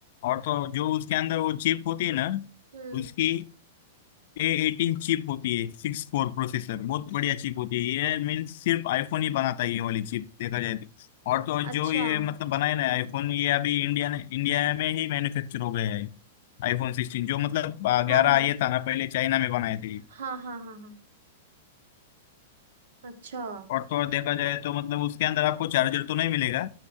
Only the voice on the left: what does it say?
और तो जो उसके अंदर वो चिप होती है ना
उसकी ए एटीन चिप होती है सिक्स कोर प्रोसेसर बहुत बढ़िया चिप होती है ये मीन्स सिर्फ आईफोन ही बनाता है ये वाली चिप देखा जाए तो और तो और
जो ये मतलब बनाए ना आईफोन ये अभी इंडिया ने इंडिया में ही मैन्युफैक्चर हो गया है आईफोन सिक्सटीन जो मतलब ग्यारह
ये था ना पहले चाइना में बनाए थे ये।
और तो और देखा जाए तो मतलब उसके अंदर आपको चार्जर तो नहीं मिलेगा